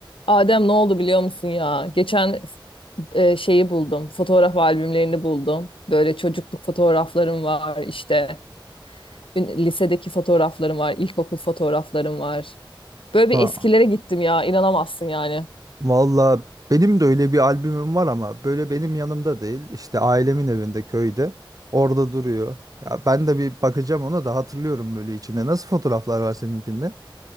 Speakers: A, on the left (about 80°); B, on the right (about 45°).
A: Adem ne oldu biliyor musun ya? Geçen e, şeyi buldum. Fotoğraf albümlerini buldum. Böyle çocukluk fotoğraflarım var işte. ün- Lisedeki fotoğraflarım var. ilkokul fotoğraflarım var. Böyle bir
B: Ha,
A: eskilere gittim ya. inanamazsın yani.
B: valla benim de öyle bir albümüm var ama böyle benim yanımda değil. İşte ailemin evinde köyde. Orada duruyor. Ya ben de bir bakacağım ona da hatırlıyorum böyle içinde. Nasıl fotoğraflar var seninkinde?